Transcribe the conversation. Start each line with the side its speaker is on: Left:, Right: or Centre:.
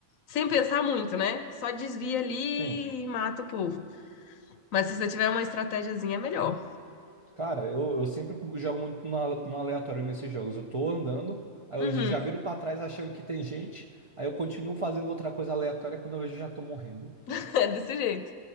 Left: sem pensar muito, né? Só desvia ali
Right: Sim.
Left: e mata o povo. Mas se você tiver uma estratégiazinha, é melhor.
Right: Cara, eu, eu sempre jogo muito no, no aleatório nesses jogos. Eu tô andando, aí
Left: Uhum,
Right: eu já viro pra trás achando que tem gente, aí eu continuo fazendo outra coisa aleatória quando eu vejo já tô morrendo.
Left: <laughs> é desse jeito.